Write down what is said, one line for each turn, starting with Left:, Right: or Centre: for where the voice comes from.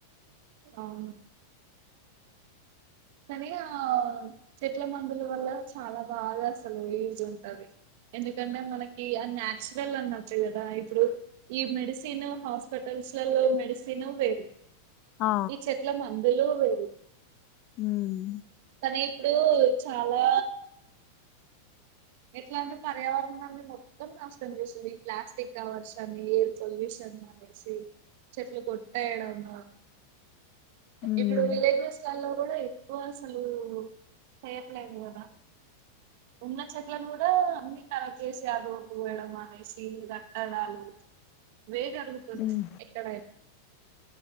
Right: అవును కానీ ఆ చెట్ల మందుల వల్ల, చాలా బాగా అసలు యూజ్ ఉంటది. ఎందుకంటే మనకీ అ నాచురల్ అనట్టే గదా, ఇప్పుడు ఈ మెడిసిన్ హాస్ప. టల్స్లలో మెడిసిన్ వేరు,
Left: ఆ
Right: ఈ చెట్ల మందులు వేరు.
Left: ఊహ్
Right: కానీ ఇప్పుడూ చాలా ఎట్లా అంటే పర్యావరణాన్ని మొత్తం నాష్టం చేసింది, ఈ ప్లాస్టిక్ కవర్స్ అని ఎయిర్ పొల్యూషన్. <inaudible> అనేసి చెట్లు కొట్టేయడమూ
Left: ఉమ్,
Right: ఇప్పుడూ విలేజస్లల్లో కూడా ఎక్వ అసలూ టయట్లే గదా ఉన్న చెట్లను గూడా అన్ని కరాబ్ జేసి, <unintelligible> అనేసీ గట్టడాలు. వేట్ అడుగుతుంది
Left: ఉమ్,
Right: ఎక్కడై